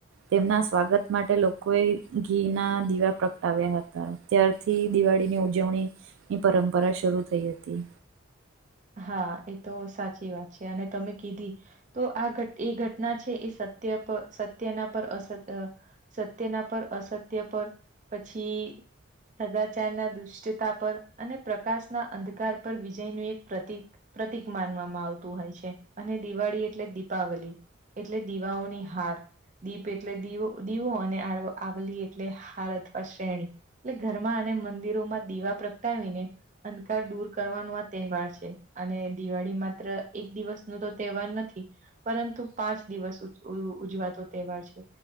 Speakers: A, on the right (about 80°); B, on the right (about 40°).
A: તેમના સ્વાગત માટે લોકોએ ઘી ના દીવા પ્રગટાવ્યા હતા. ત્યારથી દિવાળીની ઉજવણીની પરંપરા શરૂ થઈ હતી.
B: હા... એ તો સાચી વાત છે. અને તમે કીધી તો આ એ ઘટના છે એ સત્ય પર સત્યના પર અસત્ય સત્યના પર અસત્ય પર... પછી સદાચાર ના દુષ્ટતા પર અને પ્રકાશના અંધકાર પર વિજયનું એક પ્રતિક... પ્રતિક માનવામાં આવતું હોય છે અને દિવાળી એટલે દિપાવલી એટલે દીવાઓની હાર દીપ એટલે દીવો દીવો અને આવલી એટલે હાર અથવા શ્રેણી એટલે ઘરમાં અને મંદિરોમાં દીવા પ્રગટાવીને અંધકાર દૂર કરવાનો આ તહેવાર છે. અને દિવાળી માત્ર એક દિવસ નું તો તહેવાર નથી. પરંતુ પાંચ દિવસ ઉજવાતો તહેવાર છે.